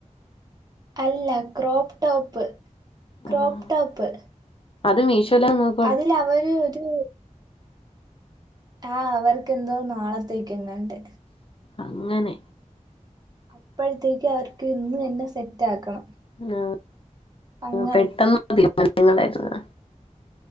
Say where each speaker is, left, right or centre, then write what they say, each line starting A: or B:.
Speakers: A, on the right (about 30°); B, on the left (about 45°).
A: അല്ല ക്രോപ്ടോപ്പ് ക്രോപ്ടോപ്പ്
B: ആഹ് അത് മീശോല <unintelligible>
A: അതില അവര് ഒരു ആ അവർക്ക്ന്തോ നാളത്തേക്കുംങ്ങണ്ട്
B: അങ്ങനെ
A: അപ്പോഴത്തേക്ക് അവർക്ക് ഇന്ന് തന്നെ സെറ്റ് ആക്കണം
B: ആഹ്
A: അങ്ങനെ
B: പെട്ടെന്ന് തീരുമാനങ്ങളായിരുന്നു.